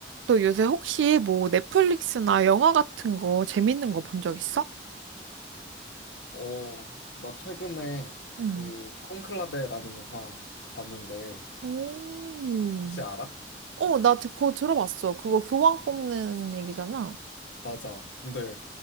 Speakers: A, on the right (about 80°); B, on the left (about 80°).
A: 너 요새 혹시 뭐 넷플릭스나 영화 같은 거 재밌는 거 본 적 있어?
B: 어, 나 최근에
A: 응.
B: 그 콘클라베라는 영화 봤는데
A: 오.
B: 혹시 알아?
A: 어, 나 드- 그거 들어봤어. 그거 교황 뽑는 얘기잖아.
B: 맞아. 근데